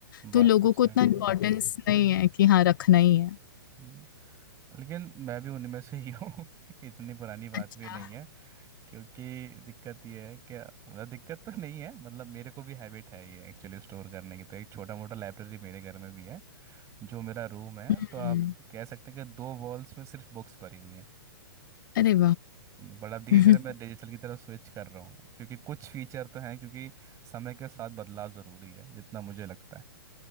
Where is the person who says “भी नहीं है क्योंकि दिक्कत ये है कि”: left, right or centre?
Right